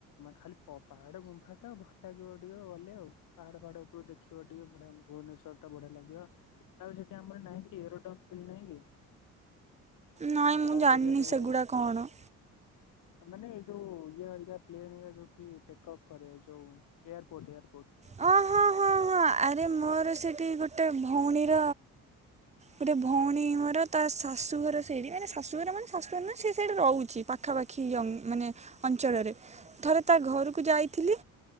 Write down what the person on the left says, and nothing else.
ଖାଲି ପାହାଡ ଗୁମ୍ଫା ଟା ଭଲ ଲାଗିବ ଟିକେ ଗଲେ ଆଉ ପାହାଡ ଫାଡ ଉପରୁ ଦେଖିବ ଟିକେଢ ଭୁବନେଶ୍୍ୱର ଟା ବଢିଆ ଲାଗିବ ତା ସେଠି ଆମର ନହିଁ କି ଏରୋଡ ଫିଲ୍ ନାଇଁ କି
ଜାହାଜ
ହେରିକା ସବୁ
ମାନେ ଏଇ ଯୋଉ ଇଏା ପ୍ଲେନ ଯୋଉଠି ଟେକ୍ ଅଫ୍ କରେ ଯୋଉ ଏୟାରପୋର୍ଟ ଏୟାରପୋର୍ଟ